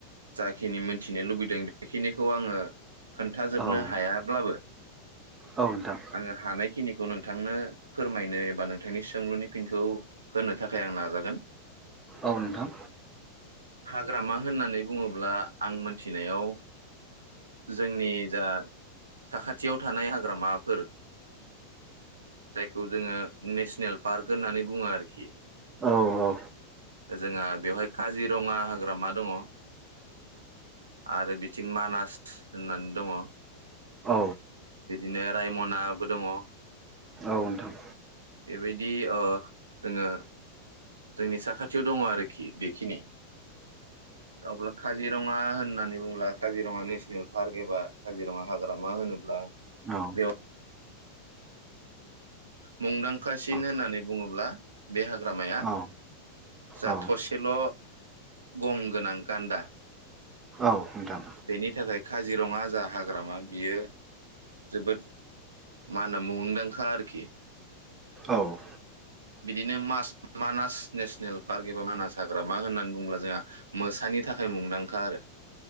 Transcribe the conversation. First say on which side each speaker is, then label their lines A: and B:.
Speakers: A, on the right; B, on the right.
A: जाखिनि मोनथिनो लुबैदों बेखिनिखौ आङो खोन्थाजोबनो
B: औ नोंथां
A: हायाब्लाबो
B: औ नोंथां
A: आङो हानायखिनिख खौ नोंथांनो फोरमायनो एबा नोंथांनि सोंलुनि फिनखौ होनो थाखाय आं नाजागोन।
B: औ नोंथां।
A: ग्रामा होननानै बुङोब्ला आं मोनथिनायाव जोंनि जा साखाथियाव थानाय हाग्रामाफोर जायखौ जोङो नेसनेल पार्क होननानै बुङो आरोखि।
B: औ औ।
A: जोंहा बेवहाय काजिरङा हाग्रामा दङ आरो बिथ थिं मानास होननान दङ।
B: औ
A: बिदिनो रायमनाबो दङ।
B: औ नोंथां।
A: बेबायदि ओ जोङो जोंनि साखाथियाव दङ आरोखि बेखिनि। अब्ला काजिरङा होन होननानै बुंब्ला काजिरङा नेसनेल पार्क एबा काजिरङा हाग्रामा होनोब्ला
B: औ।
A: बेयाव मुंदांखासिन होननानै
B: औ
A: बुङोब्ला बे हाग्रामाया
B: औ
A: जा
B: औ
A: थसेल' गं गोनां गान्दा
B: औ। नोंथां
A: बेनि थाखाय काजिरङा जा हाग्रामा बियो जोबोद मा होनो मुंदांखा आरोखि।
B: औ।
A: बिदिनो मास-मानास नेशनेल पार्क एबा मानास हाग्रामा होननानै बुङोब्ला जोंहा मोसानि थाखाय मुंदांखा आरो।